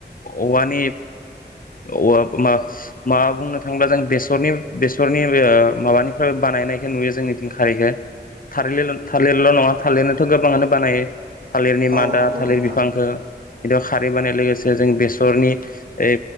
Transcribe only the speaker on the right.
औ
नंगौ
नोंथां